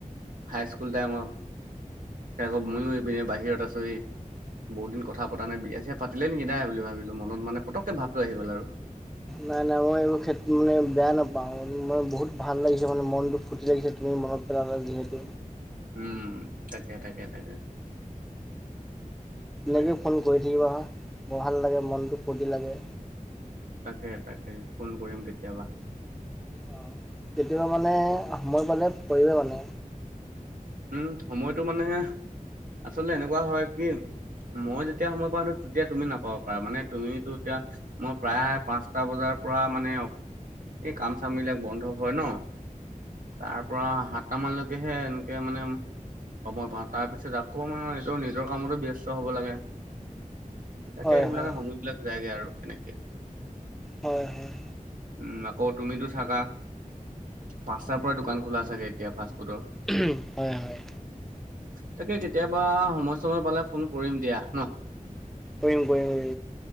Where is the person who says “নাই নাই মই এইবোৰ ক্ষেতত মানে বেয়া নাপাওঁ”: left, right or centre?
Centre